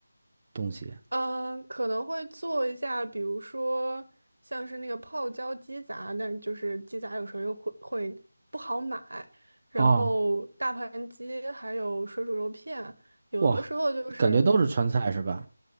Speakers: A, on the right; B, on the right.
A: 东西
B: 嗯，可能会做一下，比如说像是那个泡椒鸡杂，但就是鸡杂有时候又会会不好买，然后大盘鸡还有水煮肉片，
A: 啊？
B: 有的时候就是
A: 哇，感觉都是川菜是吧？